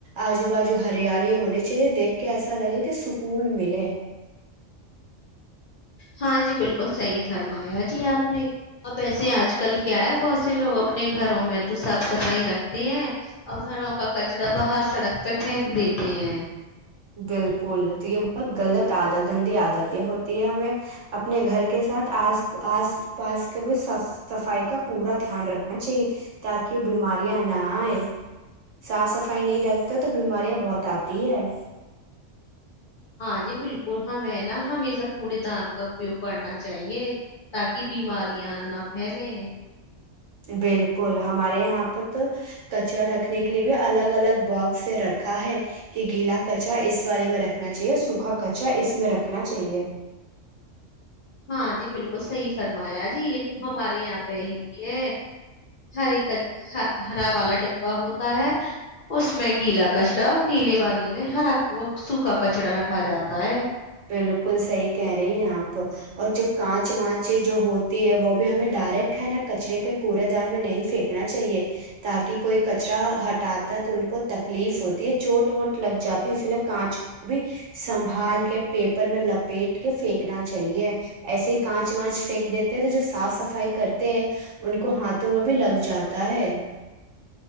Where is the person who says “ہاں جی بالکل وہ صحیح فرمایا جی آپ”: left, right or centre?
Left